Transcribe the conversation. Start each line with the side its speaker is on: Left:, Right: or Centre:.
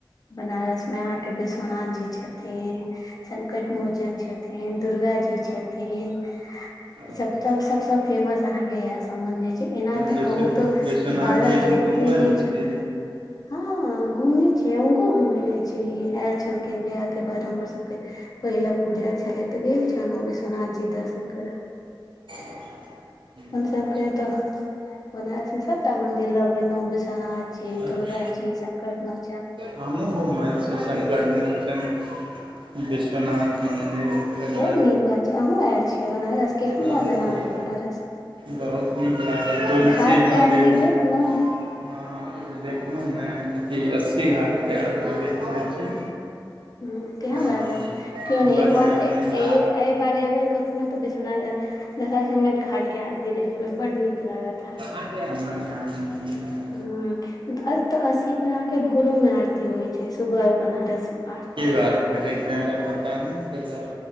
Left: बनारस मे अहाँके विश्वनाथ जी छथिन। छथिन, संकट मोचन छथिन, दुर्गा जी छथिन।
Right: अच्छा
Left: ईसभ तऽ सभसँ फेमस अहाँकेँ इएह सम्बन्ध होइत छै। एना तऽ
Right: विश्व
Left: कहू तऽ
Right: विश्वनाथ
Left: बारह
Right: जी हम
Left: ज्योतिर्लिंग
Right: घूमल
Left: छथिन।
Right: छी
Left: हँ सँ, घुमने छी। नहि हुनको घुमयने छलियै, आयल छलखिन वियाहके बाद हमर सभके पहिला पूजा छलै तऽ गेल छलहुँ विश्वनाथ जी दर्शन करय।
Right: <unintelligible>
Left: अपन सभकेँ
Right: अच्छा
Left: तऽ बनारस मे सभटा मंदिर लऽ गेलहुँ विश्वनाथ जी,
Right: अच्छा
Left: दुर्गा जी, संकट मो-
Right: हमहूँ घूमल छी संकट मोचन। विश्वनाथ मन्दिर, तकर बाद
Left: बड नीक बात अहूँ आयल छियै बनारस? केहन
Right: बाद
Left: लागल अहाँकेँ बनारस?
Right: बहुत नीक लागल। तुलसी
Left: घाट
Right: मन्दिर
Left: के आरती
Right: हँ,
Left: देखलहुँ
Right: देखलहुँ ने। अथि अस्सी घाटके आरती देखने छी।
Left: ह्म, केहन
Right: हँ
Left: लागल? क्यो नहि
Right: बढ़िआँ
Left: एक बार ए
Right: बढ़िआँ
Left: ए- एहि बार अयबै कखनो तऽ विश्वनाथ दशाश्वमेध घाटके आरती देखबै, बड़ नीक लागत।
Right: अहाँके <unintelligible>
Left: ह्म, तऽ एतय अस्सी पर अहाँकेँ भोरोमे आरती होइत छै, सुबह बनारस आरती
Right: की बात करैत छी? हमरा पता नहि छलए।